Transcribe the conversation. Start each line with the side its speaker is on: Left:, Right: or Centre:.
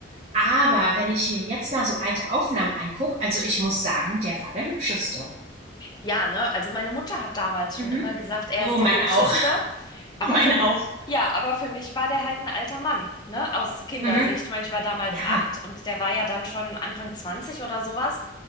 Right: Aber wenn ich mir jetzt mal so alte Aufnahmen anguck, also ich muss sagen, der war der hübscheste.
Left: Ja, ne? Also meine Mutter hat damals
Right: Mhm.
Left: schon immer gesagt, er
Right: Oh,
Left: ist
Right: meine
Left: der Hübscheste.
Right: auch. <laughs>
Left: Aber
Right: Meine
Left: für, m-
Right: auch.
Left: <laughs> ja, aber für mich war der halt ein alter Mann, ne? Aus Kindersicht.
Right: Mhm.
Left: Ich meine, ich war damals
Right: Ja.
Left: acht und der war ja dann schon Anfang 20 oder sowas.